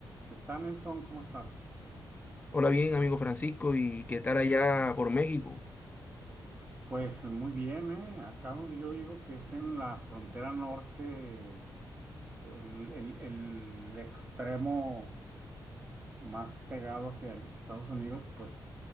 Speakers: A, on the right; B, on the left.
A: ¿Qué tal, Nelson? ¿Cómo estás?
B: Hola, bien, amigo Francisco, ¿y qué tal allá por México?
A: Pues muy bien, ¿eh? Acá donde yo vivo, que es en la frontera norte, el, el, el extremo más pegado hacia los Estados Unidos, pues